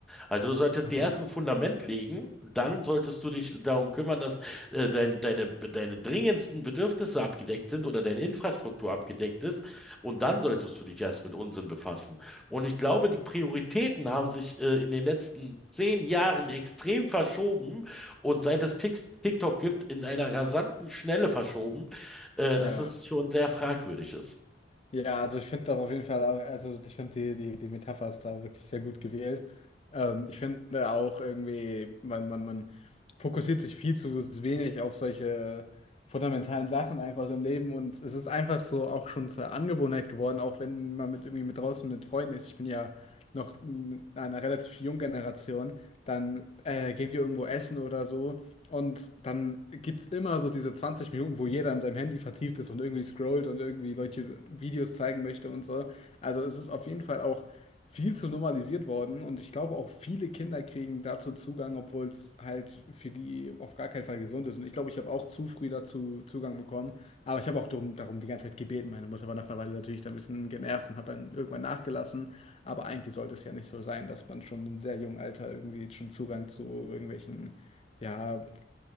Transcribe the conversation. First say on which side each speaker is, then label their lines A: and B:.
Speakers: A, in the centre; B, on the left.
A: Also du solltest
B: Aha.
A: die ersten Fundament legen, dann solltest du dich darum kümmern, dass äh, dein, deine, deine dringendsten Bedürfnisse abgedeckt sind oder deine Infrastruktur abgedeckt ist. Und dann solltest du dich erst mit Unsinn befassen. Und ich glaube, die Prioritäten haben sich äh, in den letzten zehn Jahren extrem verschoben und seit es Tik TikTok gibt, in einer rasanten Schnelle verschoben, äh,
B: Ja.
A: dass es schon sehr fragwürdig ist.
B: Ja, also ich finde das auf jeden Fall auch, also ich finde die, die, die Metapher ist da wirklich sehr gut gewählt. Ähm, ich finde auch irgendwie, man, man, man fokussiert sich viel zu wenig auf solche fundamentalen Sachen einfach im Leben und es ist einfach so auch schon zur Angewohnheit geworden, auch wenn man mit irgendwie mit draußen mit Freunden ist. Ich bin ja noch in einer relativ jungen Generation, dann äh, gehen wir irgendwo essen oder so. Und dann gibt es immer so diese 20 Minuten, wo jeder an seinem Handy vertieft ist und irgendwie scrollt und irgendwie solche Videos zeigen möchte und so. Also es ist auf jeden Fall auch viel zu normalisiert worden und ich glaube auch viele Kinder kriegen dazu Zugang, obwohl es halt für die auf gar keinen Fall gesund ist. Und ich glaube, ich habe auch zu früh dazu Zugang bekommen, aber ich habe auch drum, darum die ganze Zeit gebeten. Meine Mutter war nach einer Weile natürlich dann ein bisschen genervt und hat dann irgendwann nachgelassen. Aber eigentlich sollte es ja nicht so sein, dass man schon in sehr jungem Alter irgendwie schon Zugang zu irgendwelchen, ja,